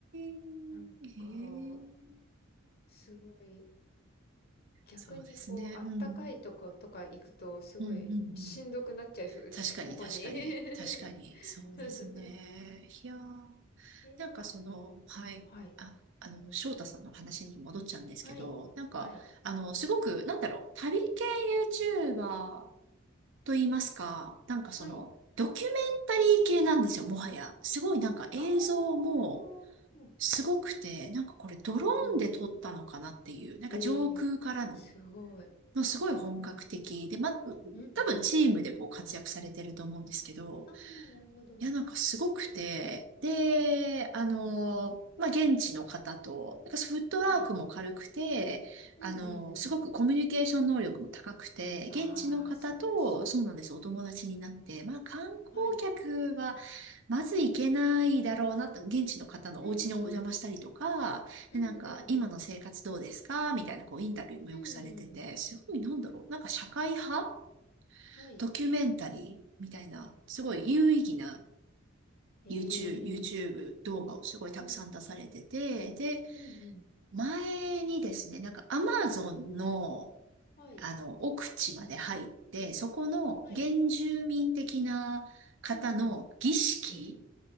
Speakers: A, on the right; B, on the left.
A: ー、
B: なんか、
A: へー、
B: すごい、逆にこう、
A: そうですね。
B: あったかいとことか行くと、
A: うん。
B: すごいしんどくなっちゃいそうですね、
A: うんうんうん。確かに、
B: ここに。
A: 確かに、確かに、
B: <laughs>
A: そうですね。
B: え
A: いやー、
B: ー、
A: なんかその、
B: あ、
A: はい、
B: はい、
A: あ、あの、翔太さんの話に戻っちゃうんですけど、
B: はい、
A: なんか、
B: はい、
A: あの、すごく、なんだろう、旅系 YouTuber と言いますか、なんかその、
B: はい。
A: ドキュメンタリー系なんですよ、もはや。すごいなんか映像も、
B: あー、
A: すごくて、なんかこれドローンで撮ったのかなっていう、
B: うんうん。
A: なんか上空からの、
B: えー、すごい。
A: もうすごい本格的で、ま、
B: うん。
A: 多分チームでこう活躍されてると思うんですけど、
B: あー、なるほど。
A: いや、なんかすごくて、で、あの、まあ、現地の方と、なんかフットワークも軽くて、
B: はい。うんうんうん。
A: あの、すごくコミュニケーション能力も高くて、
B: あー、
A: 現地の方と、
B: 素晴らしい。
A: そうなんです、お友達になって、まあ、観光客は、
B: はい。
A: まず行けないだろうなと、現地の方のお家にお邪魔したりとか、
B: うんうん。うんうんうん。
A: で、なんか、今の生活どうですかみたいな、こう、インタビューもよくされてて、
B: うんうん。
A: すごい、なんだろう、なんか社会派
B: はい。
A: ドキュメンタリーみたいな、すごい有意義な
B: はいへえ。
A: YouTube、YouTube 動画をすごいたくさん出されてて、
B: うんうん。
A: で、
B: うんうん。
A: 前にですね、なんか Amazon の、
B: はい。
A: あの、奥地まで入って、そこの原住民的な方の儀式
B: はい。うんうん。えー、